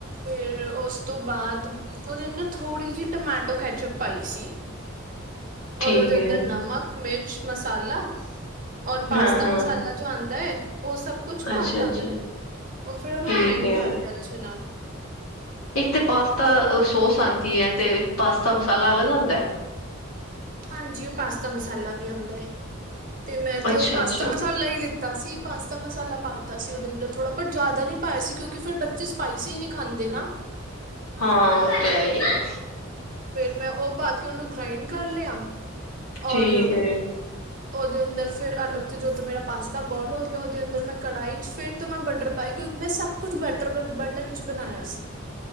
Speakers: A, on the right (about 40°); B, on the left (about 80°).
A: ਫਿਰ ਉਸ ਤੋਂ ਬਾਅਦ ਉਹਦੇ ਅੰਦਰ ਥੋੜ੍ਹੀ ਜਿਹੀ ਟਮਾਟੋ ਕੈਚਅਪ ਪਾਈ ਸੀ
B: ਠੀਕ
A: ਐਰ ਉਹਦੇ
B: ਹੈ
A: ਅੰਦਰ ਨਮਕ ਮਿਰਚ ਮਸਾਲਾ ਔਰ ਪਾਸਤਾ
B: ਹਾਂ ਹਾਂ
A: ਮਸਾਲਾ ਜੋ ਆਉਂਦਾ ਹੈ ਉਹ ਸਭ ਕੁਛ ਪਾਤਾਾ
B: ਅੱਛਾ ਅੱਛਾ।
A: ਮੈਂ ਉਹ ਫੇਿਰ ਉਹਨੂੰ
B: ਠੀਕ
A: ਗ੍ਰਾਇੰਡ
B: ਹੈ
A: ਕਰ ਲਿਆ ਅੱਛੇ ਨਾਲ
B: ਇੱਕ ਤੇ ਪਾਸਤਾ ਸੋਸ ਆਉਂਦੀ ਹੈ ਤੇ ਪਾਸਤਾ ਮਸਾਲਾ ਅਲੱਗ ਆਉਂਦਾ
A: ਹਾਂਜੀ ਉਹ ਪਾਸਤਾ ਮਸਾਲਾ ਵੀ ਆਉਂਦਾ ਹੈ ਤੇ ਮੈਂ ਤੇ
B: ਅੱਛਾ
A: ਉਹ ਪਾਸਤਾ
B: ਅੱਛਾ
A: ਮਸਾਲਾ ਹੀ ਲਿੱਤਾ ਤਾ ਸੀ ਪਾਸਤਾ ਮਸਾਲਾ ਪਾਤਾ ਸੀ ਉਹਦੇ ਅੰਦਰ ਥੋੜਾ ਵੀ ਜ਼ਿਆਦਾ ਨੀ ਪਾਇਆ ਸੀ ਕਿਉਂਕਿ ਫਿਰ ਬੱਚੇ ਸਪਾਈਸੀ ਨੀ ਖਾਂਦੇ ਨਾ।
B: ਹਾਂ ਉਹ ਤੇ ਹੈ ਹੀ ਹੈ।
A: ਫੇਰ ਮੈਂ ਉਹ ਪਾ ਕੇ ਉਹਨੂੰ ਗ੍ਰਾਇੰਡ ਕਰ ਲਿਆ।
B: ਠੀਕ
A: ਔਰ,
B: ਹੈ
A: ਓਦੇ ਅੰਦਰ ਫਿਰ ਅਲਗ ਤੋਂ ਜਦੋਂ ਮੇਰਾ ਪਾਸਤਾ ਬੋਇਲ ਹੋ ਗਿਆ ਓਦੇ ਅੰਦਰ ਮੈਂ ਕੜਾਈ ਵਿਚ ਫਿਰ ਤੋਂ ਮੈਂ ਬਟਰ ਪਾਈ ਕਿਉਂਕਿ ਮੈਂ ਸਭ ਕੁਛ ਬਟਰ ਬਟਰ ਚ ਬਣਾਇਆ ਸੀ।